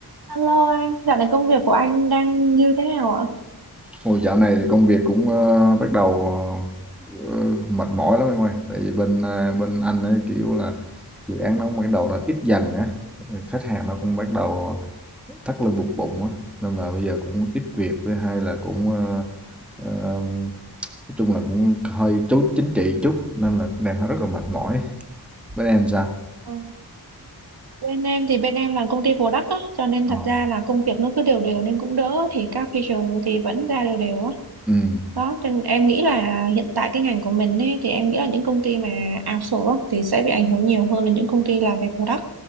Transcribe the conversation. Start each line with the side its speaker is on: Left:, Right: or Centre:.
Right: Alo anh, dạo này công việc của anh đang như thế nào ạ?
Centre: Ôi, dạo này thì công việc cũng ờ, bắt đầu ờ, ờ, mệt mỏi lắm em ơi. Tại vì bên ờ, bên anh ấy kiểu là dự án nó cũng bắt đầu nó ít dần á, khách hàng nó cũng bắt đầu thắt lưng buộc bụng á, nên là bây giờ cũng ít việc. Thứ hai là cũng ờ, ờ, nói chung là cũng hơi chú chính trị một chút nên là cũng đang rất là mệt mỏi. Bên em sao?
Right: Ờ, Bên em thì bên em là công ty product á, cho nên
Centre: Ờ.
Right: thật ra là công việc nó cứ đều đều nên cũng đỡ thì các feature thì vẫn ra đều đều á.
Centre: Ừ,
Right: Đó, cho nên em nghĩ là hiện tại cái ngành của mình ấy, thì em nghĩ là những công ty mà outsource á, thì sẽ bị ảnh hưởng nhiều hơn là những công ty làm về product.